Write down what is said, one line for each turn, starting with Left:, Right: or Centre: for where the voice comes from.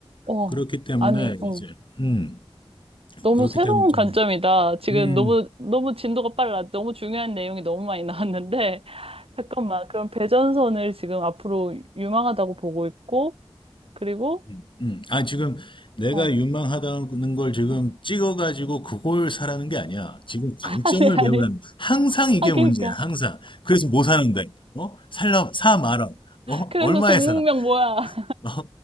Right: 어,
Left: 그렇기 때문에
Right: 아니, 어.
Left: 이제 음
Right: 너무
Left: 그렇기
Right: 새로운
Left: 때문에
Right: 관점이다.
Left: 좀음음음음
Right: 지금 너무, 너무 진도가 빨라. 너무 중요한 내용이 너무 많이 나왔는데. <laughs> 잠깐만. 그럼 배전선을 지금 앞으로 유망하다고 보고 있고, 그리고,
Left: 음, 음. 아, 지금 내가
Right: 어. 어.
Left: 유망하다는 걸 지금
Right: <laughs>
Left: 찍어가지고 그걸 사라는 게 아니야. 지금 관점을
Right: 아니, 아니.
Left: 배우라는 거야. 항상 이게
Right: 아, 그러니까.
Left: 문제야, 항상. 그래서 뭐 사는데? 어? 살라, 사 말아. 어?
Right: 그래서
Left: 얼마에
Right: 종목명
Left: 사?
Right: 뭐야?
Left: 어?